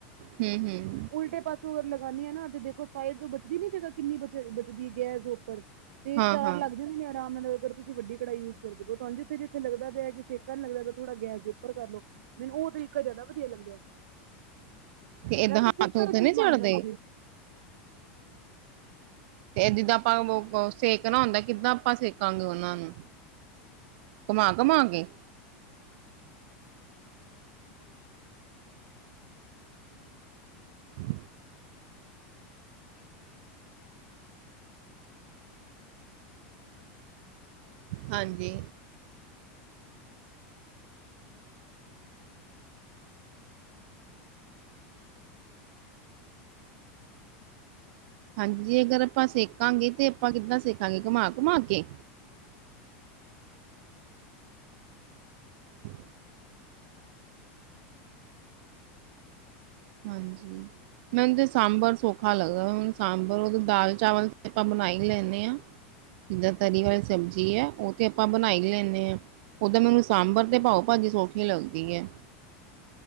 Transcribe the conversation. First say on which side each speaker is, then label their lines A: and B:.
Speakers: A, on the right; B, on the right.
A: ਹਮ ਹਮ
B: ਉਲਟੇ ਪਾਸੋਂ ਅਗਰ ਲਗਾਉਂਦੇ ਹਾਂ ਨਾ ਤੇ ਦੇਖੋ ਸਾਈਡ ਤੋਂ ਬਚਦੀ ਨੀ ਜਗਾ ਕਿੰਨੀ ਬਚਦੀ ਗੈਸ ਦੇ ਉੱਪਰ ਤੇ
A: ਹਾਂ-ਹਾਂ।
B: ਚਾਰ ਲੱਗ ਜਾਂਦੇ ਨੇ ਆਰਾਮ ਨਾਲ ਤੁਸੀ ਵੱਡੀ ਕੜਾਈ ਯੂਸ ਕਰਦੇ ਹੋ ਜਿੱਥੇ ਜਿੱਥੇ ਲਗਦਾ ਪਿਆ ਕਿ ਸੇਕਾ ਨੀ ਲਗਦਾ ਥੋੜਾ ਗੈਸ ਦੇ ਉਪਰ ਕਰ ਲੋ ਮੈਨੂੰ ਉਹ ਤਰੀਕਾ ਜਿਆਦਾ ਵਧੀਆ ਲੱਗਦਾ
A: ਤੇ ਏਦਾਂ
B: ਵੈਸੇ
A: ਹੱਥ
B: ਕੁੱਕਰ
A: ਹੁਥ
B: ਚ ਵੀ
A: ਨੀ ਚੜਦੇ?
B: ਬਣ ਜਾਂਦੇ ਨੇ
A: ਤੇ ਜਿੱਦਾਂ ਆਪਾਂ ਸੇਕਣਾ ਹੁੰਦਾ ਕਿੱਦਾਂ ਆਪਾਂ ਸੇਕਾਂਗੇ ਉਹਨਾਂ ਨੂੰ। ਘੁੰਮਾ ਘੁਮਾਗੇ। ਹ। ਹਾਂਜੀ। ਹਾਂਜੀ ਅਗਰ ਆਪਾਂ ਸੇਕਾਂਗੇ ਤੇ ਆਪਾਂ ਕਿੱਦਾਂ ਸੇਖਾਂਗੇ ਘੁੰਮਾ ਘੁਮਾ ਕੇ। ਹਾ ਹਾਂਜੀ। ਮੈਨੂੰ ਤੇ ਸਾਂਬਰ ਸੌਖਾ ਲੱਗਦਾ ਮੈਨੂੰ ਸਾਂਬਰ ਦਾਲ ਚਾਵਲ ਆਪਾਂ ਬਣਾਈ ਹੀ ਲੈਂ ਨੇ ਆ। ਜਿੱਦਾਂ ਤਰੀ ਵਾਲੀ ਸਬਜ਼ੀ ਹੈ ਉਹ ਤੇ ਆਪਾਂ ਬਣਾਈ ਹੀ ਲੈਂਨੇ ਹਾਂ। ਓਦਾਂ ਮੈਨੂੰ ਸਾਂਬਰ ਤੇ ਭਾਓ ਭਾਜੀ ਸੌਖੀ ਲੱਗਦੀ ਹੈ।